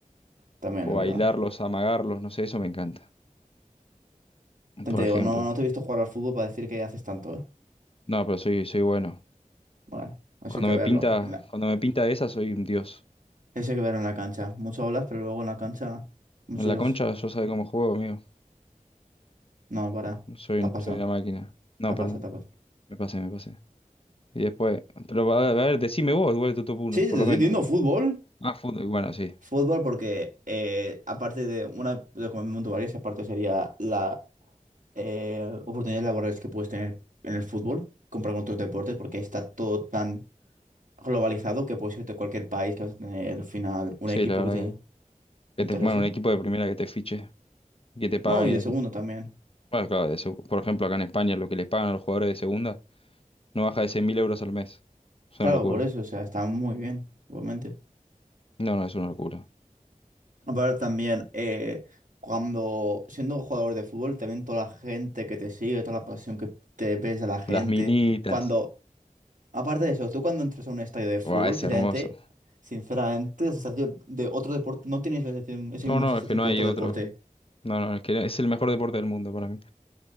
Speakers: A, on the right; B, on the left.
A: También
B: O
A: es verdad.
B: bailarlos, amagarlos, no sé, eso me encanta.
A: Te
B: Por
A: digo,
B: ejemplo.
A: no, no te he visto jugar al fútbol para decir que haces tanto, ¿eh?
B: No, pero soy, soy bueno.
A: Bueno, eso
B: Cuando
A: hay que
B: me
A: verlo.
B: pinta,
A: en la-
B: cuando me pinta esa, soy un dios.
A: Eso hay que verlo en la cancha. Mucho hablas, pero luego en la cancha, muchos.
B: En la concha yo sabe cómo juego, amigo.
A: No, para.
B: Soy,
A: Te
B: un-
A: ha pasado.
B: soy una máquina. No,
A: Te ha
B: perdón.
A: pasado, te ha pasado.
B: Me pasé, me pasé. Y después. Pero a ver, a ver, decime vos, igual tu top uno,
A: Sí, sí,
B: por
A: te
B: lo
A: estoy
B: menos.
A: diciendo fútbol.
B: Ah, fútbol. Bueno, sí.
A: Fútbol porque eh, aparte de una de como varias, aparte sería la eh, oportunidades laborales que puedes tener en el fútbol, comprar con otros deportes, porque está todo tan globalizado que puedes irte a cualquier país que vas a tener al final un
B: Sí,
A: equipo
B: la
A: que
B: verdad
A: te
B: que. Que
A: interese.
B: te, bueno, un equipo de primera que te fiche. Que te pague
A: No, y de segundo también.
B: Bueno, claro, de seg- por ejemplo, acá en España lo que les pagan a los jugadores de segunda no baja de 100.000 euros al mes. Es
A: Claro,
B: una locura.
A: por eso, o sea, está muy bien, igualmente.
B: No, no, es una locura.
A: Aparte también, eh, cuando siendo jugador de fútbol, también toda la gente que te sigue, toda la pasión que te ves a la gente,
B: Las minitas.
A: cuando, aparte de eso, tú cuando entras a un estadio de fútbol,
B: Buah, es
A: sinceramente,
B: hermoso.
A: sinceramente, la sensación de otro deporte, no tienes la sensación, esa
B: No,
A: misma
B: no,
A: sensación
B: es que no
A: con
B: hay
A: otro
B: otro.
A: deporte.
B: No, no, es que es el mejor deporte del mundo para mí.